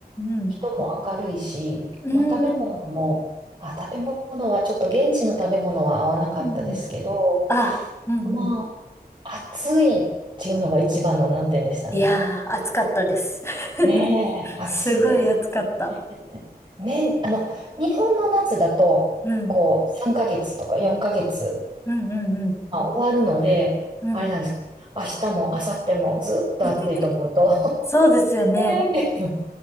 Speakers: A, on the left (about 15°); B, on the right (about 30°).
A: んうん
B: 人も明るいし、
A: うん。
B: まあ食べ物も、
A: うーん。
B: あ、食べ物はちょっと現地の食べ物は合わなかったですけど、
A: うんうん。あ、うんうん。
B: まあ、暑いっていうのが一番の難点でしたね。
A: いやー、暑かったです。<laughs>
B: ねえ、暑いです
A: すごい暑かった。
B: ね。ね、あの、日本の夏だと、
A: うん。
B: こう、3ヶ月とか4ヶ月、
A: うんうんうん。
B: まあ、終わるので、
A: うん。
B: あれなんですけど、明日も明後日もずっと暑いと思うと
A: <laughs> そうですよね。
B: <laughs>